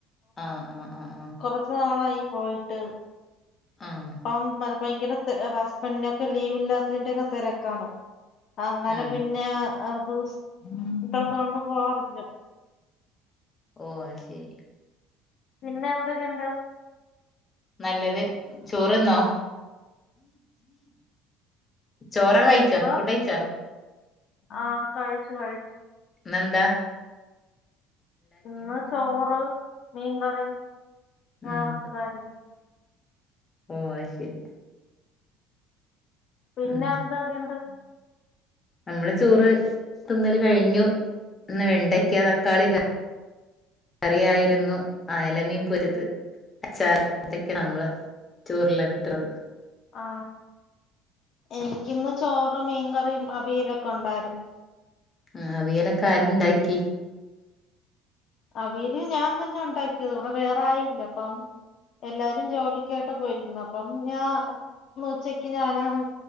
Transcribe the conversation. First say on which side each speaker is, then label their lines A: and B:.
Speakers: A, on the left (about 30°); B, on the left (about 55°).
A: ആ ആ ആ ആ
B: കൊറച്ചു നാളായി പോയിട്ട്
A: ആഹ്
B: പ്പം മ ഭയങ്കര ത ഹസ്ബൻഡിനൊക്കെ ലീവ് ഇല്ലാത്തതിന്റോക്കെ തിരക്കാണ് അങ്ങനെ
A: ആഹ്
B: പിന്നെ അ <unintelligible> ട്ടാത്ത ണ്ട് പോവാറില്ല
A: ഓ അ ശരി
B: പിന്നെ എന്തൊക്കെ ഇണ്ട്
A: നല്ലത് ചോറ്ന്നോ ചോറ കഴിച്ചോ
B: എന്തോ
A: ഫുഡഴിച്ചോ
B: ആ കഴിച്ചു കഴിച്ചു
A: നന്താ
B: ഇന്ന് ചോറ് മീൻ കറി
A: ഉം
B: ആ <unintelligible> <inaudible>
A: ഓ ശരി
B: പിന്നെ
A: ഉം
B: എന്തൊക്കെയണ്ട്
A: നമ്മള് ചോറ് തിന്നല് കഴിഞ്ഞു ഇന്ന് വെണ്ടക്ക തക്കാളി കറിയായിരുന്നു അയല മീൻ പൊരിത് അച്ചാ ഇതൊക്കെയ നമ്മള് ചോറില കട്ടത്
B: ആ എനിക്കിന്ന് ചോറ മീൻകറിയ അിവിലൊക്കെ ഉണ്ടായിരുന്നു
A: ആ അവിയലൊക്കെ ആരുണ്ടാക്കി
B: അവിയൽ ഞാൻ തന്നെ ഉണ്ടാക്കിയത് ഇവിടെ വേറെ ആരും ഇല്ല അപ്പം എല്ലാരും ജോലിയിക്കായിട്ട് പോയിരിക്കുന്നു അപ്പം ഞാൻ ഉച്ചക്ക് ഞാനാണ്